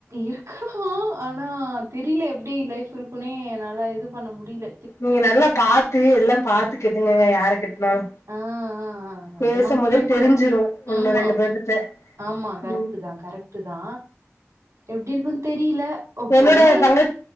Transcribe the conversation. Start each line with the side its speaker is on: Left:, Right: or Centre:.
Right: இருக்கு ஆனா தெரியில எப்டி லைஃப் இருக்குன்னே என்னாலே இது பண்ண முடியல
Left: நீங்க நல்லா பாத்து எல்லா பாத்து கெட்டுங்கங்க யார கெட்டனாலு
Right: ஆ ஆ ஆ
Left: பேசும்போதே
Right: அதெல்லா கேக்கணு
Left: தெரிஞ்சிரு ஒன்னு
Right: ம்மா
Left: ரெண்டு பேர்கிட்ட
Right: ஆமா கரெக்ட்டு
Left: ம்.
Right: தா கரெக்டு தா எப்படி இருக்குன்னு தெரியல ஓ
Left: என்னோட
Right: போனேயே
Left: தங்க